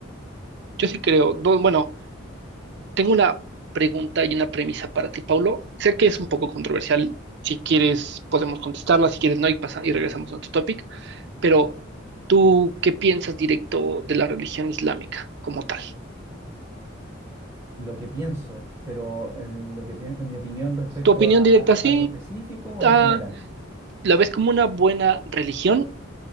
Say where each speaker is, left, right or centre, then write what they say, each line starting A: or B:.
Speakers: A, on the right (about 55°); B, on the right (about 25°).
A: Yo sí creo, no, bueno, tengo una pregunta y una premisa para ti, Paulo. Sé que es un poco controversial, si quieres podemos contestarla, si quieres no, y, pasa, y regresamos a otro topic, pero ¿tú qué piensas directo de la religión islámica como tal?
B: Lo que pienso, pero en, lo que pien- en mi opinión respecto
A: ¿Tu opinión
B: a
A: directa sí?
B: a algo específico o
A: ah,
B: en general.
A: ¿La ves como una buena religión